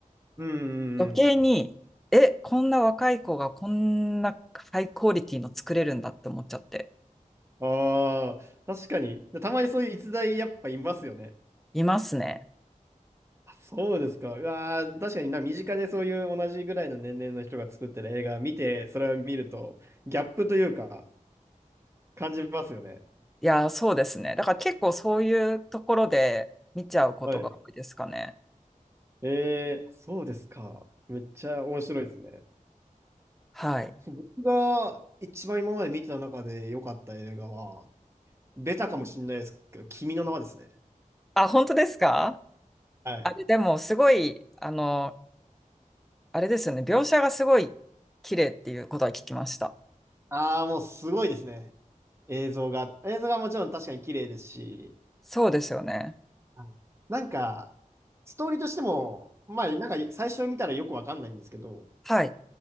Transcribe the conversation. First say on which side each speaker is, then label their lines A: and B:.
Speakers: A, on the right (about 20°); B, in the centre.
A: うんうんうん。
B: 余計に、え、こんな若い子がこんなハイクオリティの作れるんだって思っちゃって、
A: ああ、確かに。たまにそういう逸材やっぱいますよね。
B: いますね。
A: あ、そうですか。うわー、確かにな、身近でそういう同じぐらいの年齢の人が作ってる映画見て、それを見ると、ギャップというか、感じますよね。
B: いやー、そうですね。だから結構そういうところで見ちゃうことが多いですかね。
A: はい。えー、そうですか。めっちゃ面白いですね。
B: はい。
A: そう僕が一番今まで見てた中で良かった映画は、ベタかもしれないですけど、君の名はですね。
B: あ、本当ですか
A: はい。
B: あれ、でもすごい、あの、あれですよね。描写がすごい綺麗っていうことは聞きました。
A: ああ、もうすごいですね。映像が。映像がもちろん確かに綺麗ですし、
B: そうですよね。
A: はいなんか、ストーリーとしても、まあ、なんか最初見たらよくわかんないんですけど、
B: はい。